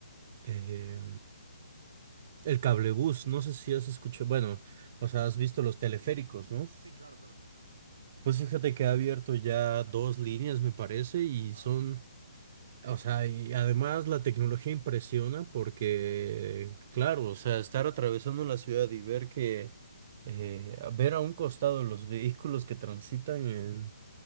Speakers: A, on the right; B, on the right.
A: eh, el cablebús. No sé si has escuchado, bueno, o sea, has visto los teleféricos, ¿no?
B: Sí, claro, claro.
A: Pues fíjate que ha abierto ya dos líneas, me parece, y
B: Ah,
A: son
B: mira.
A: O sea, y además la tecnología impresiona porque, claro, o sea, estar atravesando la ciudad y ver que, eh, ver a un costado los vehículos que transitan en,